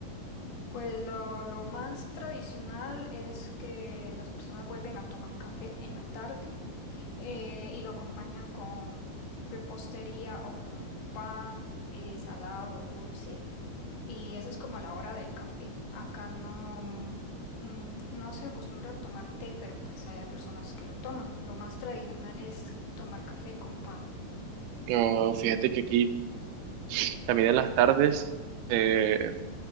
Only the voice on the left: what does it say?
Pues lo, lo más tradicional es que las personas vuelven a tomar café en la tarde eh, y lo acompañan con repostería o con pan eh, salado, dulce. Y esa es como la hora del café. Acá no, mm, no se acostumbra a tomar té, pero pues hay personas que lo toman. Lo más tradicional es tomar café con pan.